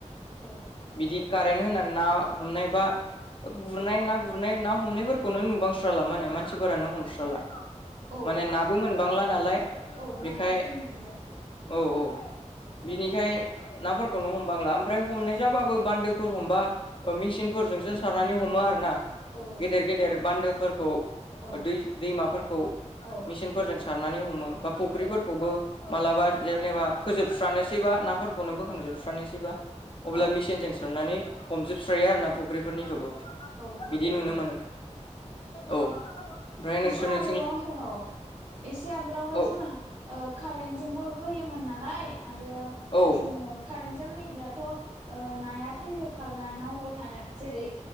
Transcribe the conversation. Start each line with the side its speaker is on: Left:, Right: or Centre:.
Right: औ
Left: बिदि कारेन्ट होनानै ना हमनायबा गुरनाय ना गुरनाय ना हमनायफोरखौनो नुबांस्राला माने मानसिफोरानो हमस्राला
Right: औ
Left: माने नाबो मोनबांला नालाय
Right: औ
Left: बेखाय
Right: नाया खमायलांबाय
Left: औ औ बिनिखाय नाफोरखौनो हमबांला ओमफ्राय हमनाय जाबाबो बान्दोफोर हमबा मेचिन न फोरजोंसो सारनानै हमो आरो ना गेदेर
Right: औ
Left: गेदेर बान्दोफोरखौ
Right: औ
Left: दै दैमाफोरखौ
Right: औ
Left: मेसिनफोरजों सारनानै हमो बा फुख्रिफोरखौबो
Right: औ
Left: मालाबा जेनेबा फोजोबस्रानोसैबा नाफोरखौनो बोखांजोबस्रानोसैबा अब्ला
Right: औ
Left: मिसिनजों सारनानै हमजोबस्रायो आरो ना फुख्रिफोरनिखौबो
Right: औ नंगौ
Left: बिदि नुनो
Right: नोंथां
Left: मोनो औ ओमफ्राय नोंसोरनि
Right: एसे आगोलावहाय औ एसे आगोलावहाय
Left: औ
Right: जोंना कारेन्टजोंबो होयोमोन नालाय आरो
Left: औ
Right: जोङो कारेेनटजोंहाय ब्लाथ' नाया थैजोबखागोन अबाव थानो जेरै